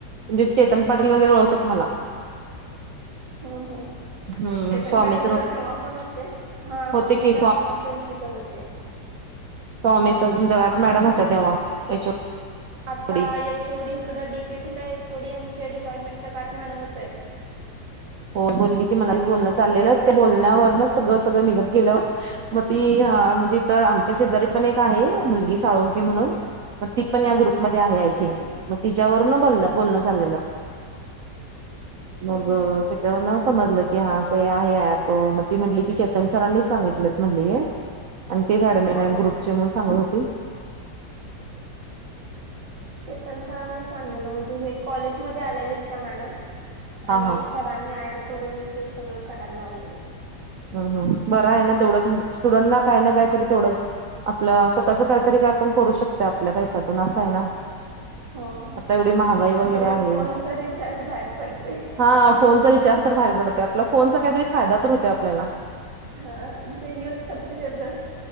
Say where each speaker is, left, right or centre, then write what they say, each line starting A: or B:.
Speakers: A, on the right (about 60°); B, on the right (about 75°).
A: दिस चेतन पाटील वगैरे ओळखतात मला
B: ह ह
A: हम्म
B: चेतन
A: स्वामी
B: पाटील सर तेव्हा पण होते हा
A: होते
B: स्वामी
A: की
B: सर तेव्हा प्रिन्सिपल होते.
A: टॉमी
B: होय
A: सर जगात मॅडम होत्या तेव्हा. एच ओ
B: आता
A: डी
B: या यचोडी इकडं डीकेटीला यचोडी एमसी ए डिपार्टमेंटच्या जगात मॅडमच आहेत.
A: हो बोलली की मला ते बोलणं चाललेलं ते बोलण्यावरच सगळं सगळं निघत गेलं होत मग ती हा म्हणजे इथं आमच्या शेजारी पण एक आहे मुलगी साळुंखे म्हणून. मग ती पण या ग्रुपमध्ये आहे आहे
B: हा
A: की,
B: हा
A: मग तिच्यावरून बोलणं बोलणं चाललेलं.
B: हम्म
A: मग
B: हम्म
A: त्याच्यावर ना समजलं की हा असं हे आहे ॲप, मग ती म्हटली की चेतन सरांनीच सांगितलेत म्हटली हे,
B: <unintelligible>
A: आणि तेच ॲडमिन
B: होय
A: आहेत ग्रुपचे म्हणून सांगत होती.
B: चेतन सरांनीच सांगलेलं, म्हणजे हे कॉलेज मध्ये आलेलीत त्या मॅडम,
A: हा
B: आणि
A: हा
B: सरा सरांनी ऍड करून ते सगळं करायला लावलं
A: हम्म हम्म बर आहे ना तेवढंच, स्टुडंट ना काय ना कायतरी तेवढंच आपलं स्वतःच काहीतरी काय आपण करू शकतोय आपल्या पैशातून, असं आहे ना,
B: होय,
A: आता एवढी महागाई वगैरे
B: तेवढं
A: आहे
B: फोनच रिचार्ज बाहेर पडतय.
A: हा फोनचा रिचार्ज तर बाहेर पडतोय आपला, फोनचा काहीतरी फायदा तर होतोय आपल्याला
B: हा जे युज करतय त्याचं